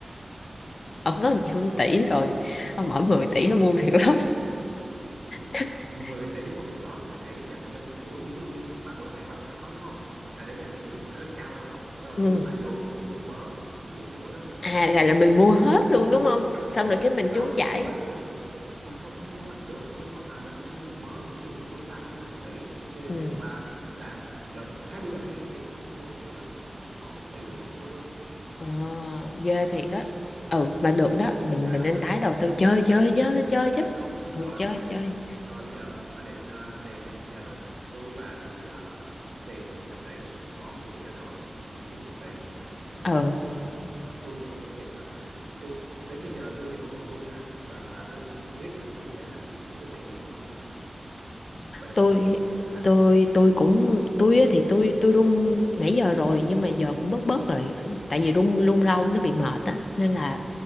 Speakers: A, on the left; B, on the right.
A: ông có
B: đúng
A: một
B: không
A: trăm tỷ rồi ông mỗi 10 tỷ ông mua việc lắm
B: <laughs>
A: <laughs>
B: mười tỷ mua việc lót là để dành cho những cái buổi ví dụ như bà bữa nãy bà mới nói đúng không là để dành cho những lúc mà lên cao rồi bắt đầu
A: ừ.
B: tôi với bà dồn vô mua một mớ ví dụ như bữa đó dành
A: à
B: một tỷ
A: là là mình mua hết
B: mua một
A: luôn
B: mớ
A: đúng
B: luôn
A: không
B: đúng
A: xong
B: rồi
A: rồi cái mình
B: không
A: trúng giải
B: mua hết được mình không mua hết được nhưng mà mình sẽ mua một mớ ví dụ như tôi với bà mỗi người một tỷ thì
A: ừ.
B: bà là đợt 20 đợt liên tiếp mình sẽ mua kiểu đó bỏ một tỷ rồi mình mua luôn
A: Ờ, ghê thiệt á ừ mà được đó mình
B: chơi
A: mình
B: không
A: nên tái đầu tư chơi chơi chứ chơi
B: chơi
A: chứ
B: không rồi
A: ừ chơi
B: ok
A: chơi
B: rồi bây giờ bà định ờ, tiền này bây giờ tôi với bà thì ờ, tiền trăm tỷ bỏ 10 tỷ ra rồi còn 90 tỷ bà tính
A: ừ
B: bà tiêu cái gì không tôi giờ tôi nói thiệt là tôi đến bây giờ tôi vẫn còn run nè bà mà tôi cũng không biết là tôi sẽ làm gì cái số tiền này luôn đó bà định
A: tôi
B: làm sao bà định làm
A: tôi
B: gì
A: tôi cũng tôi á thì tôi tôi run nãy giờ rồi nhưng mà giờ cũng bớt bớt rồi tại vì run run rau nó bị mệt á nên là